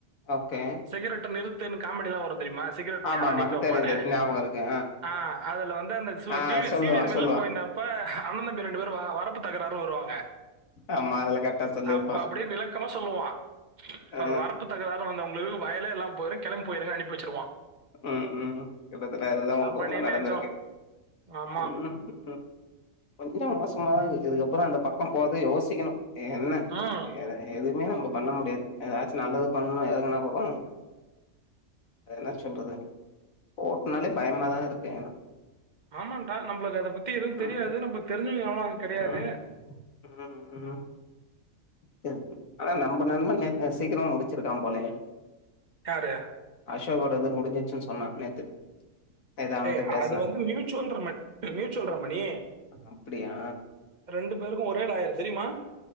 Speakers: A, on the left; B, on the right.
A: ஓகே
B: சிகரெட்ட நிறுத்துன் காமெடிலா வரு தெரியுமா சிகரெட்
A: ஆமா
B: நேரா
A: ஆமா
B: நிக்க வப்பானே
A: தெரியுது ஞாபகோ இருக்கு
B: ஆ அதுல வந்து அந்த சு
A: ஆ
B: ஜீனி
A: சொல்லுவா
B: சீனியர் வெளில
A: சொல்லுவா
B: போயிருந்தப்ப அண்ண தம்பி ரெண்டு பேரு வ வரப்பு தகராறுனு வருவாங்க
A: ஆமா அதுல கரெக்டா சொல்லிருப்பா
B: அப்ப அப்டியே விளக்கமா சொல்லுவா
A: ஆ
B: அவர் வரப்பு தக வந்த உங்களுக்கு வயலே இல்லாம போயிறு கெளம்பி போயிறுங்க அனுப்பி வச்சுருவா
A: ம் ம் கிட்டத்தட அதுதா உங்க
B: மணி
A: ஊர்ல நடந்திருக்கு
B: நெஜம். ஆமா
A: ம் ம் கொஞ்ச மோசமாதா இருக்கு இதுக்கப்பற அந்த பக்கம் போகவே யோசிக்கணு என்ன
B: ம்.
A: எது எதுமே நம்ப பண்ண முடியாது ஏதாச்சு நல்லது பண்ணணு எறங்குனா கூட அத என்ன சொல்றது கோட்னாலே பயமாதா இருக்கு
B: ஆமாண்டா நம்ளுக்கு அத பத்தி எதுவு தெரியாது
A: ம்
B: நம்ம தெரிஞ்சவ எவனு அங்க கெடையாது
A: ம் ம் ம் <unintelligible> ஆனா நம்ப நண்பன்னு அ சீக்கிரமா முடிச்சிருக்கா போலயே
B: யாரு
A: அசோக்கோடது முடிஞ்சிச்சுன் சொன்னா நேத்து நேத்து அவன்கிட்ட
B: ஏ
A: பேசுன
B: அது வந்து மியூச்சுவல் ரம மியூச்சுவல் ரமணி
A: அப்டியா
B: ரெண்டு பேருக்கு ஒரே லாயர் தெரியுமா